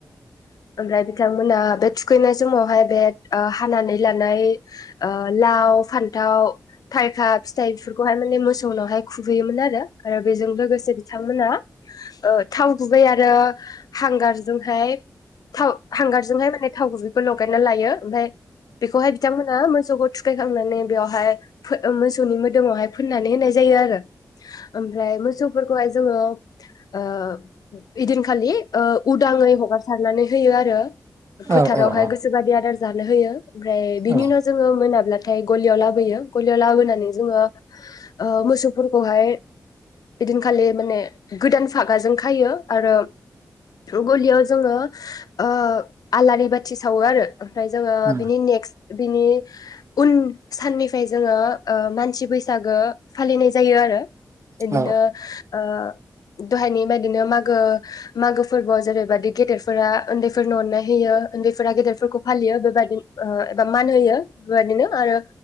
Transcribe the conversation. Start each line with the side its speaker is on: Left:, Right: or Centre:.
Left: आमफ्राय बिथां मोनहा बे थुखैनाय समावहाय बे आ हानानै लानाय लाव फान थाव, थाइखा फिथाइ बेफोरखौहाय माने मोसौनावहाय खुबैयोमोन आरो। आरो बेजों लोगोसे बिथांमोना ओ थावगुबै आरो हांगारजोंहाय <inaudible> थाव हांगारजोंहाय माने थाव गुबैखौ लगायना लायो। ओमफ्राय बेखौहाय बिथांमोना मोसौ सौखौ थुखैखांनानै बेवहाय मोसौनि मोदोमावहाय फोननानै होनाय जायो आरो ओमफ्रायो मोसौफोरखौहाय जोङो ओ इदिन खालि ओ उदाङै हगार सारनानै होयो आर रो। फोथारावहाय
Right: औ औ औ
Left: गोसोबादि आदार जानो होयो। ओमफ्राय
Right: औ
Left: बिनि उनाव जोङो मोनाब्ला थाय गलियाव लाबोयो। गलियाव लाबोनानै जोङो ओ मोसौफोरखौहाय इदिनखालि माने गोदान फागाजों खायो। आरो गलियाव जोङो ओ आलारि बाथि सावो आरो। ओमफ्राय जोङो
Right: औ
Left: बिनि नेक्स्ट बिनि उन साननिफ्राय जोङो ओ मानसि बैसागो फालिनाय जायो आरो। बिदिनो
Right: औ
Left: ओ दहायनि बायदिनो मागो मागो फोरबोआव जेरैबायदि गेदेरफोरा उन्दैफोरनो अननाय होयो उन्दैफोरा गेदेरफोरखौ फालियो बेबायदिनो ओ एबा मान होयो बेबायदिनो आरो